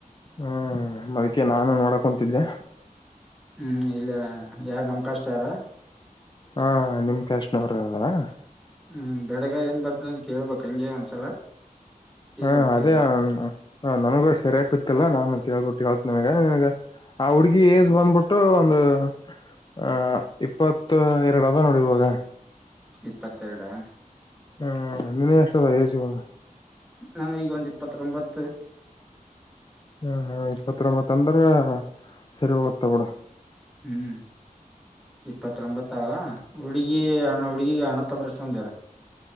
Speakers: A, on the left; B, in the centre.
A: ಹ್ಮ್ ಅದಕೆ ನಾನು ನೋಡಕ ಕುಂತಿದ್ದೆ
B: ಹ್ಮ್ ಇಲ್ಲ ಯಾರ ನಮ್ ಕಾಷ್ಟ ಅರ
A: ಹಾಂ ನಿಮ ಕ್ಯಾಸ್ಟನವರಾ
B: ಹ್ಮ್ ಬೆಡಗ ಏನ್ ಬರ್ತದ ಅಂತ ಕೇಳ್ಬಕ್ ಹಂಗೆ ಒಂದ್ಸಲ ಕೇಳಿ
A: ಹ್ಮ
B: ಇಟ್ಟಿರಿ
A: ಅದೇ ನನ್ಗ ಸರಿಯಾಗಿ ಗೊತ್ತಿಲ್ಲ ನಾನ್ ಕೇಳ್ಬಿಟ್ಟು ಕಳ್ತ ನನ್ಗ ನನ್ಗ ಆ ಹುಡ್ಗಿ ಏಜ್ ಬಂದ್ಬಿಟ್ಟು ಒಂದು ಆ ಇಪ್ಪತ್ತು ಎರಡು ಅದ ನೋಡ ಇವಾಗ
B: ಇಪ್ಪತ್ತೆರಡಾ
A: ಹ್ಮ ನಿನ್ನಖ ಎಷ್ಟ ಅದಾವ ಎಜ್ ಇವಾಗ
B: ನಾನ ಈಗ ಒಂದ್ ಇಪತ್ತ್ರೊಂಬತ
A: ಹ ಹ ಇಪ್ಪತ್ತರೊಂಬತ್ ಅಂದ್ರೆ ಸರಿ ಓದುತ್ತಾಳ ಬಿಡು
B: ಹ್ಮ್ ಇಪ್ಪತ್ತೊಂಬತ್ತಾವ ಹುಡುಗಿಣ್ಣ ಹುಡುಗಿಗೆ ಅಣ್ಣತಂಬರಷ್ಟು ಮಂದಿ ಅದಾರ